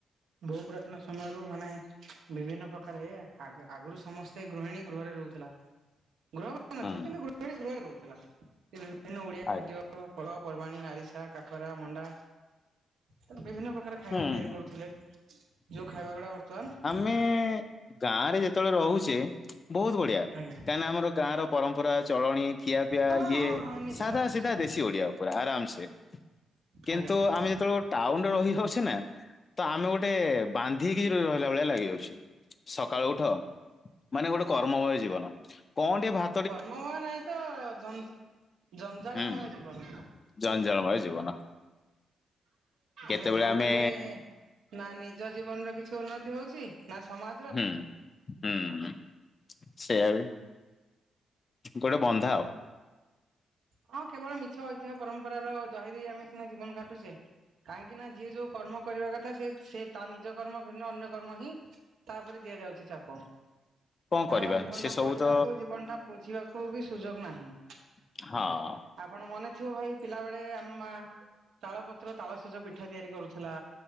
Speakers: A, on the right; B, on the left.
A: ବୋହୁ ପୁରାତନ ସମୟରୁ ମାନେ ବିଭିନ୍ନ ପ୍ରକାର ଏଇଆ ଆଗେ ଆଗରୁ ସମସ୍ ସେ ଗୃହିଣୀ ଗୃହରେ ରହୁଥେଲା। ଗୃହ <unintelligible>
B: ହୁଁ
A: କିନ୍ତୁ ଗୃହିଣୀ ଗୃହରେ ରହୁଥେଲା ସିଏ ବିଭିନ୍ନ ଓଡିଆ ଖାଦ୍ୟ
B: ଆଜ୍ଞା
A: ତମ ପର୍ବପର୍ବାଣୀ ଆରିସା କାକରା ମଣ୍ଡା ତେଣୁ ବିଭିନ୍ନ ପ୍ରକାର ଖାଇବା
B: ହୁଁ।
A: ତିଆରି କରୁଥିଲେ ଯୋଉ ଖାଇବାଗୁଡା ବର୍ତ୍ତମାନ
B: ମେ ଗାଁରେ ଯେତେବେଳେ ରହୁଚେ ବୋହୁତ ବଢିଆ।
A: ଆଜ୍ଞା
B: କାହିଁକିନା ଆମର ଗାଁର ପରମ୍ପରା ଚଳଣି ଖିଆପିଆ
A: ହଁ
B: ଇଏ
A: ହଁ ହଁ ନିଶ୍ଚୟ
B: ସାଧା
A: ନିଶ୍ଚୟ
B: ସିଧା ଦେଶୀ ଓଡିଆ ଉପରେ ଆରାମ ସେ କିନ୍ତୁ
A: ଆଜ୍ଞା।
B: ଆମେ ଯେତେବେଳୁ ଟାଉନରେ ରହିଯାଉଛି ନା ତ ଆମେ ଗୋଟେ ବାନ୍ଧି ହେଇକି ରହିଲା ଭଳିଆ ଲାଗିଯାଉଛି। ସକାଳୁ ଉଠ ମାନେ ଗୋଟେ କର୍ମମୟ ଜୀବନ କଣ ଟିକେ ଭା
A: କର୍ମମୟ ନାହିଁ ତ ଜଞ୍ଜ୍ ଜଞ୍ଜାଳମୟ
B: ହୁଁ
A: ଜୀବନ।
B: ଜଞ୍ଜାଳମୟ ଜୀବନ। କେତେବେଳେ
A: ନେ ଯୋଉଥେରେ
B: ଆମେ
A: ନା ନିଜ ଜୀବନର କିଛି ଉନ୍ନତି ହଉଛି ନା ସମା
B: ହୁଁ ହୁଁ ସେୟା ବି। ଗୋଟେ ବନ୍ଧା ଆଉ।
A: ହଁ କେବଳ ମିଛ ଐତିହ୍ୟ ପରମ୍ପରାର ଦ୍ୱାହି ଦେଇ ଆମେ ସିନା ଜୀବନ କାଟୁଛେ କାହିଁକି ନା ଯିଏ ଯୋଉ କର୍ମ କରିବା କଥା ସେ ସେ ତା ନିଜ କର୍ମ ଭିର୍ନ ଅନ୍ୟ କର୍ମ ହିଁ ତା ଓପରେ ଦିଆଯାଉଛି ଚାପ।
B: କଣ
A: ତେଣୁ
B: କରିବା
A: ଆଉ ଜୀବନଟା
B: ସେ ସବୁ
A: ପଢିବାକୁ
B: ତ
A: ଜୀବନଟା ବୁଝିବାକୁ ବି ସୁଯୋଗ ନାହିଁ।
B: ହଁ।
A: ଆପଣ ମନେ ଥିବ ଭାଇ ପିଲାବେଳେ ଆମ ମା ତାଳ ପତ୍ର ତାଳସଜ ପି ଠା ତିଆରି କରୁଥେଲା